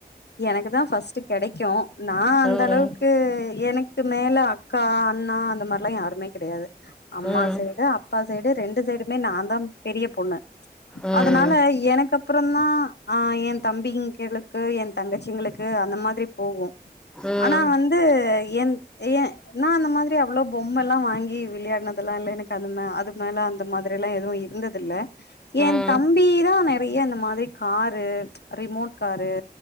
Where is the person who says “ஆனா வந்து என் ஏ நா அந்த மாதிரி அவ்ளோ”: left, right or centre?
Left